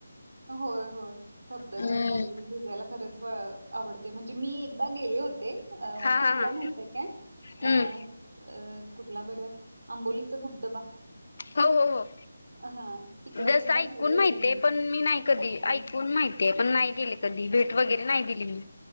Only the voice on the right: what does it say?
होय-होय धबधब्याखाली
भिजायला. खरंच आवडते म्हणजे, मी एकदा गेले होते अ
कुठला
माहित, काय
अ कुठला बरं? आंबोलीचा धबधबा
हां. तिकडं
एकदा
गेले होते
हां.